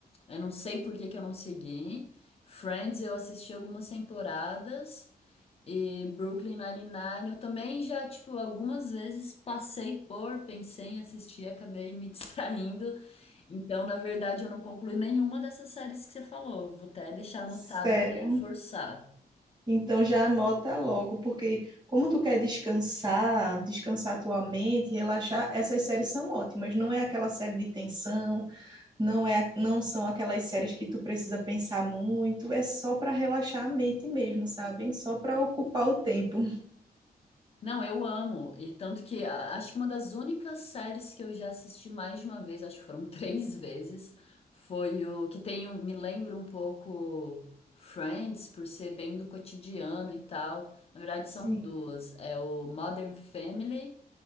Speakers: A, on the left; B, on the right.
A: Eu não sei por que que eu não segui. Friends, eu assisti algumas temporadas. E Brooklyn Nine-Nine, eu também já, tipo, algumas vezes passei por, pensei em assistir, acabei me <laughs> distraindo. Então, na verdade, eu não concluí nenhuma dessas séries que você falou. Vou até deixar anotado
B: Sério.
A: para reforçar.
B: Então já anota logo, porque como tu quer descansar, descansar tua mente, relaxar, essas séries são ótimas. Não é aquela série de tensão, não é, não são aquelas séries que tu precisa pensar muito, é só para relaxar a mente mesmo, sabe? Só para ocupar o tempo.
A: Não, eu amo. E tanto que a- acho que uma das únicas séries que eu já assisti mais de uma vez, acho que foram <laughs> três vezes, foi o que tem, um- me lembra um pouco Friends, por ser bem do cotidiano e tal. Na verdade,
B: Sim.
A: são duas. É o Modern Family